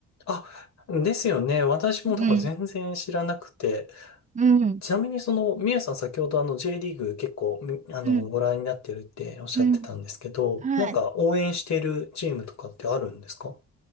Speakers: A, on the left; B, on the right.
A: あ、あ、ですよね。私もだから全然知らなくて。
B: うん、うん、
A: ちなみにその、みやさん先ほどあの J リーグ結構み、あの、
B: うん、
A: ご覧になってるっておっしゃってたんですけど、
B: うん。はい。
A: なんか応援してるチームとかってあるんですか